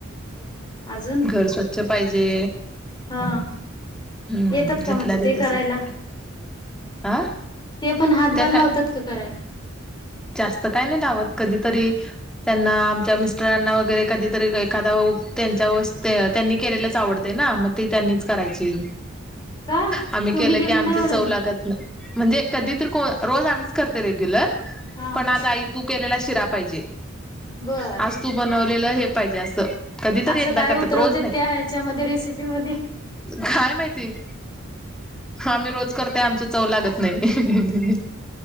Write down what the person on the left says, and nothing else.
बर अजून
हा
येतात
का म्हणजे
ते
करायला?
ते पण हातभार
लावतात
का करायला?
का
तुम्ही
नाही एवढं
हा
बर
असं
काय
उतरवते
त्या ह्याच्यामध्ये रेसिपी मध्ये